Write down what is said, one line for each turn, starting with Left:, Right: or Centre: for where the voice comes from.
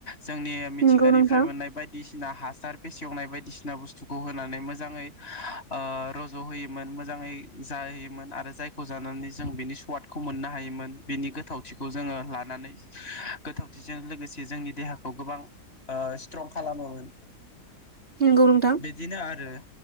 Left: जोंनि मिथिंगानिफ्राय
Right: नंगौ नोंथां
Left: मोननाय बायदिसिना हास हासार फेसेवनाय बायदिसिना बुस्थुखौ होनानै मोजाङै ओ रज होयोमोन मोजाङै जाहोयोमोन आरो जायखौ जानानै जों बिनि स्वादखौ मोननो हायोमोन बिनि गोथावथिखौ जोङो लानानै गोथौथिजों लोगोसे जोंनि देहाखौ गोबां ओ स्ट्रं खालामोमोन।
Right: नंगौ नोंथां
Left: बिदिनो आरो